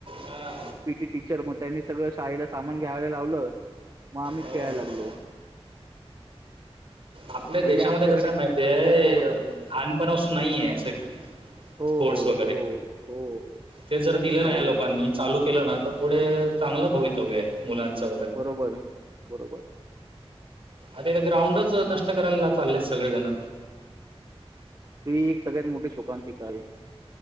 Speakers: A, on the right; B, on the right.
A: हा
B: पी टी टीचर मग त्यांनी सगळं शाळेला सामान घ्यावायला लावलं मग आम्ही
A: हो
B: खेळायला लागलो
A: आपल्या
B: पहिले
A: देशामध्ये
B: आमच्याकडे
A: कसं माहितीय
B: खो खो होता
A: लहानपणाासून नाहीये असं
B: हो
A: स्पोर्टस वगैरे
B: हो हो तोच
A: ते जर दिलं
B: तर प्रॉब्लेम
A: नाही लोकांनी
B: आहे
A: चालू केलं ना तर पुढे चांगलं भवितव्य आहे मुलांचा
B: बरोबर बरोबर
A: आता ग्राउंडच नष्ट करायला चाललेत सगळेजण
B: ती एक सगळ्यात मोठी शोकांतिक आहे